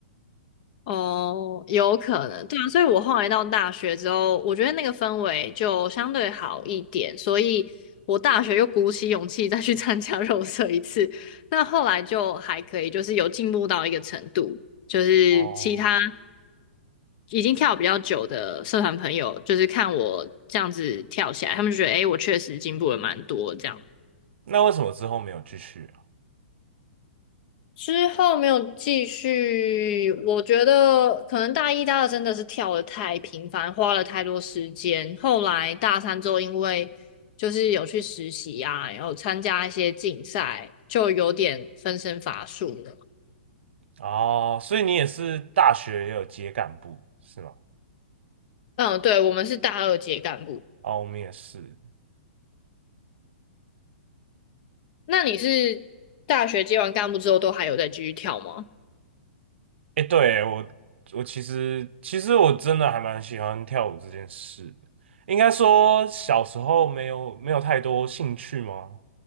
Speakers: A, on the left; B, on the right.
A: 哦，有可能，对啊，所以我后来到大学之后，我觉得那个氛围就相对好一点，所以我大学又鼓起勇气再去参加 <laughs> 肉色一次，那后来就还可以，就是有进步到一个程度，就是其他
B: 哦，
A: 已经跳比较久的社团朋友，就是看我这样子跳起来，他们就觉得诶，我确实进步了蛮多这样。
B: 那为什么之后没有继续啊？
A: 之后没有继续，我觉得可能大一、大二真的是跳的太频繁，花了太多时间。后来大三之后，因为就是有去实习啊，然后参加一些竞赛，就有点分身乏术了。
B: 哦，所以你也是大学也有接干部是吗？
A: 嗯，对，我们是大二接干部。
B: 哦，我们也是。
A: 那你是大学接完干部之后，都还有在继续跳吗？
B: 哎，对，我我其实其实我真的还蛮喜欢跳舞这件事的应该说小时候没有没有太多兴趣吗？